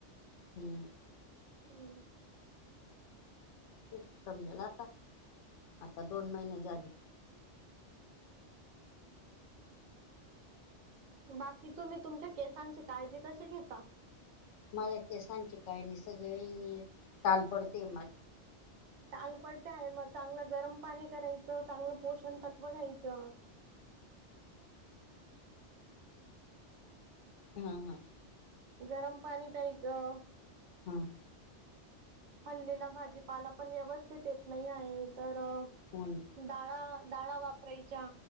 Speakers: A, on the left (about 80°); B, on the right (about 80°).
A: हम्म.
B: हम्म
A: तेच समजल आता, आता दोन महिने झाले.
B: बाकी तुम्ही, तुमच्या केसांची काळजी कशी घेता?
A: माझ्या केसांची, काय नही सगळी टाल पडते मा
B: टालपडते म्हणेज मग चांगलं गरम पाणी करायचं, चांगलं पोषण तत्त्व घ्यायचं.
A: हां हं.
B: गरम पाणी प्यायचं.
A: हां.
B: हल्लीना भाजीपाला पण व्यवस्थित येत नही आहे तर
A: हो न.
B: डाळा-डाळा वापरायच्या